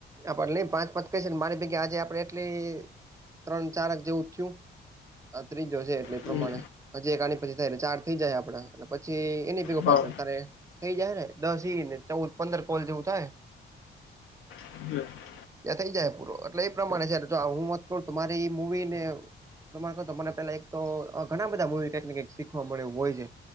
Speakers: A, on the right; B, on the left.
A: આ પતલી લઈ પાંચ, પાંચ કઈ છે ને મારી ભાગે આજે આપડે એટલી ત્રણ ચારેક જેવું થિયું. આ ત્રીજો છે. એ
B: થયું
A: પ્રમાણે
B: હમ
A: પછી એક આની પછી થાય એટલે ચાર થઈ જાય આપણા, પછી એની ભેગો
B: હા
A: પાંચ કરતાં. થઈ જાય ને, દસ ઈ ને ચૌદ પંદર કોલ જેવું થાય.
B: ગ્યા
A: ત્યાં થઈ જાય પૂરો, એટલે એ પ્રમાણે છે જો જયારે હું મત કરું તો મારી એ મુવીને તમારા કરતાં મને પેલા એક તો ઘણા બધા મૂવી કંઈક ને કંઈક શીખવા મળે એવું હોય છે,